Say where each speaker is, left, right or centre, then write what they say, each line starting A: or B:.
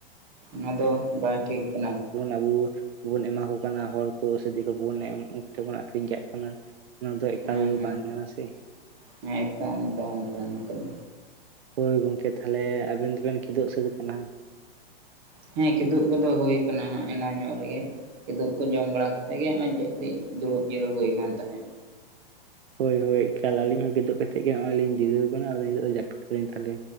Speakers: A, on the right; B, on the right.
A: ᱚᱱᱟ ᱫᱚ ᱵᱟᱭ ᱴᱷᱤᱠ ᱠᱟᱱᱟ᱾
B: ᱟᱵᱩ ᱵᱚᱱ ᱮᱢᱟ ᱠᱚ ᱠᱟᱱᱟ ᱦᱚᱲ ᱠᱚ ᱥᱮ, ᱫᱤᱠᱩ ᱠᱚᱵᱚᱱ ᱮᱢ ᱩᱱᱠᱩ ᱴᱷᱮᱡ ᱵᱚᱱ ᱟᱠᱷᱨᱤᱧ ᱠᱟᱜ ᱠᱟᱱᱟ᱾ ᱚᱱᱟ ᱫᱚ ᱮᱠᱟᱞ
A: ᱦᱮᱸ, ᱦᱮᱸ,
B: ᱵᱟᱝ ᱠᱟᱱᱟ ᱥᱮ
A: ᱦᱮᱸ ᱮᱠᱫᱚᱢ, ᱮᱠᱫᱚᱢ, ᱜᱚᱝᱠᱮ ᱚᱱᱟ ᱠᱚ ᱫᱚ᱾
B: ᱦᱳᱭ ᱜᱚᱝᱠᱮ ᱛᱟᱦᱚᱞᱮ, ᱟᱵᱮᱱ ᱫᱚᱵᱮᱱ ᱠᱤᱫᱩᱵ ᱥᱟᱹᱛ ‌ᱠᱟᱱᱟ?
A: ᱦᱮᱸ, ᱠᱤᱫᱩᱵ ᱠᱚᱫᱚ ᱦᱳᱭ ᱠᱟᱱᱟ, ᱦᱟᱸᱜ ᱮᱱᱟᱱ ᱧᱚᱜ ᱨᱮᱜᱮ᱾ ᱠᱤᱫᱩᱵ ᱠᱚ ᱡᱚᱢ ᱵᱟᱲᱟ ᱠᱟᱛᱮᱜ ᱜᱮ, ᱦᱚᱸᱜ-ᱚᱭ ᱡᱟᱹᱯᱤᱜ ᱫᱩᱲᱩᱵ ᱡᱤᱨᱟᱹᱣ ᱦᱳᱭ ᱠᱟᱱ ᱛᱟᱦᱮᱸᱜ᱾
B: ᱦᱳᱭ, ᱦᱳᱭ, ᱮᱠᱟᱞ ᱟᱞᱤᱧ ᱦᱚᱸ ᱠᱤᱫᱩᱵ ᱠᱟᱛᱮᱜ ᱜᱮ, ᱱᱚᱜ-ᱚᱭ ᱞᱤᱧ ᱡᱤᱨᱟᱹᱣ ᱠᱟᱱᱟ ᱟᱫᱚ ᱱᱤᱛᱚᱜ ᱫᱚ ᱡᱟᱯᱤᱫ ᱛᱟᱞᱤᱧ ᱛᱟᱦᱚᱞᱮ᱾